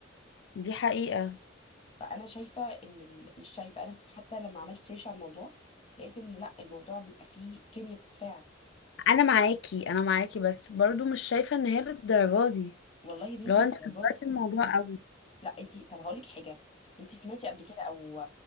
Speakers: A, on the left (about 65°); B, on the left (about 30°).
A: دي حقيقه
B: فأنا شايفة إن ال... مش شايفة أنا حتى لما عملت سيرش على الموضوع لقيت إن لأ الموضوع بيبقى فيه كيمياء بتتفاعل
A: انا معاكي انا معاكي بس برضو مش شايفه ان هي للدرجه دي
B: والله يا بنتي
A: لو انت
B: للدرجات
A: كبرت
B: دي؟
A: الموضوع قوي
B: لأ انت طب هقولك حاجة انت سمعتي قبل كده أو